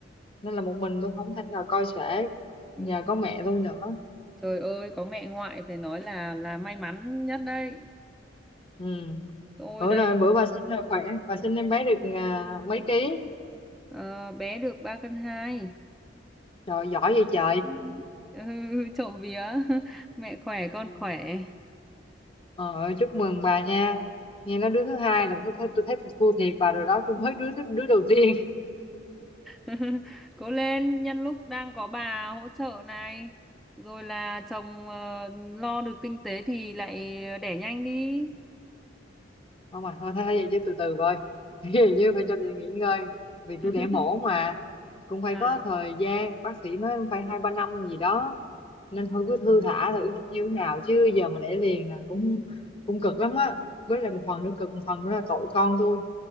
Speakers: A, on the left; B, in the centre.
A: nên là một mình tôi không thể nào coi sể
B: ừ.
A: nhờ có mẹ tôi nữa
B: trời ơi có mẹ ngoại phải nói là là may mắn nhất đấy
A: ừ
B: tôi
A: bữa
B: đây
A: rồi bữa bà sinh là khỏe bà sinh em bé được à, mấy ký
B: ờ, bé được ba cân hai
A: trời giỏi vậy trời
B: <laughs> ừ, trộm vía <laughs> mẹ khỏe con
A: ừ.
B: khỏe
A: ờ, chúc mừng bà nha nghe nói đứa thứ hai là tôi thấy tôi thấy tôi thua thiệt bà rồi đó tôi mới đứa thứ- đứa đầu tiên
B: <laughs> cố lên nhân lúc đang có bà hỗ trợ này rồi là chồng ờ, lo được kinh tế thì lại đẻ nhanh đi
A: không mà thôi thế vậy chứ từ từ thôi <laughs> Ví như phải cho tôi nghỉ ngơi vì
B: <laughs>
A: tôi đẻ mổ mà cũng phải
B: à
A: có thời gian bác sĩ nói cũng phải hai ba năm gì đó nên thôi
B: ừ,
A: cứ thư thả
B: ừ.
A: thử xem như thế nào chứ giờ mà đẻ liền là cũng cũng cực lắm á với lại một phần nữa cực một phần nữa là tội con tôi